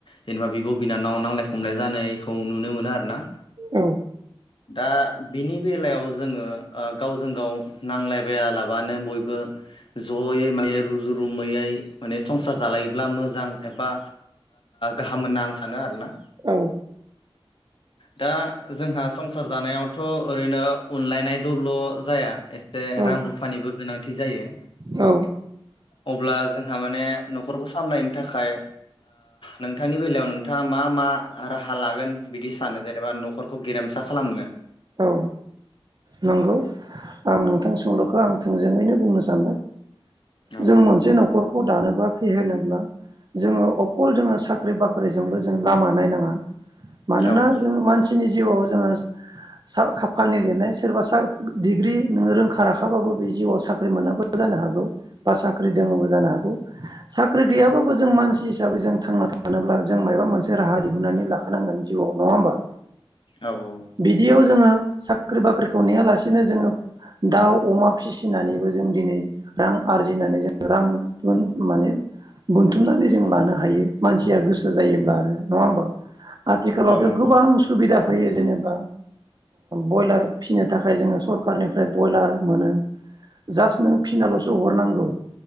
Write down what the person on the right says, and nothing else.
औ
औ
औ
औ
औ नंगौ आं नोंथां सोंलुखौ आं थोंजोङैनो बुंनो सानदों
जों मोनसे न'खरखौ दानोबा फिहेरनोब्ला जोङो अखल जोङो साख्रि बाख्रिजोंल' जों लामा नायनाङा मानोना
जों मानसिनि जिउआव जों सा खाफालानि लिरनाय सोरबा सा डिग्रि नों रोंखा राखाबाबो बे जिउआव साख्रि मोनाब्लाो जानो हागौ बा साख्रि दोङबो जानो हागौ साख्रि गैयाबो
जों मानसि हिसाबै जों थांना थानोब्ला जों मायाबा मोनसे राहा दिहुननानै लाखोनांगोन जिउआव नङा होमबा?
बिदियाव जोङो साख्रि बाख्रिखौ नेयालासेनो जोङो दाउ अमा फिसिनानैबो जों दिनै रां आरजिनानै जों रां माने बुनथुमनानै जों लानो हायो मानसिया गोसो जायोब्ला आरो नङा होमबा? आथिखालावथ'
गोबां सुबिदा फैयो जेनेबा बयलार फिनो थाखाय जोङो सरखारनिफ्राय बयलार मोनो जास्ट नों फिनाल'सो हरनांगौ